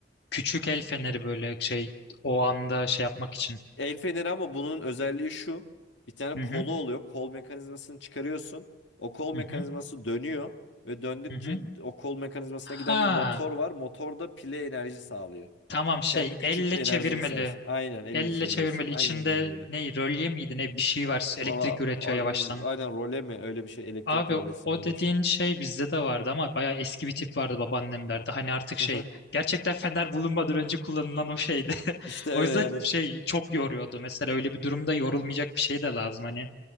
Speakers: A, on the left; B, on the left.
A: küçük el feneri böyle şey o anda şey yapmak için.
B: El feneri ama bunun özelliği şu. Bir tane
A: Hı
B: kolu
A: hı.
B: oluyor. Kol mekanizmasını çıkarıyorsun. O kol
A: Hı
B: mekanizması
A: hı.
B: dönüyor ve döndükçe
A: Hı hı.
B: o kol mekanizmasına giden
A: Ha
B: bir motor var. Motor da pile enerji sağlıyor.
A: tamam şey
B: Kendi küçük
A: elle
B: enerjini
A: çevirmeli.
B: sarıyorsun. Aynen elle
A: Elle
B: çeviriyorsun.
A: çevirmeli.
B: Aynen
A: içinde
B: öyle.
A: ne rölye miydi ne bir şey var. Elektrik
B: Valla
A: üretiyor
B: a-
A: yavaştan.
B: aynen role mi öyle bir şey elektrik
A: Abi
B: rolesi
A: o
B: mi öyle
A: dediğin
B: bir şey.
A: şey bizde de vardı ama bayağı eski bir tip vardı babaannemlerde. Hani artık
B: <laughs>
A: şey gerçekten fener bulunmadan önce kullanılan o şeydi. <laughs>
B: İşte öyle
A: O yüzden
B: yani.
A: şey çok yoruyordu. Mesela öyle bir durumda yorulmayacak bir şey de lazım. Hani